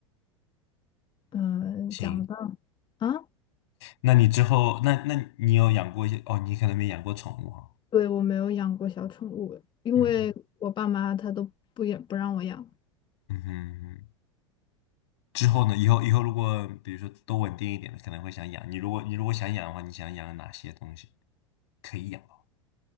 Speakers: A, on the left; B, on the left.
A: 嗯、
B: 行，
A: 讲到。啊，
B: 那你之后，那那你有养过一些？哦，你可能没养过宠物哈。
A: 对，我没有养过小宠物，因为我爸妈他都不也不让我养。
B: 嗯嗯哼，嗯之后呢？以后以后如果比如说都稳定一点的，可能会想养。你如果你如果想养的话，你想养哪些东西？可以养猫，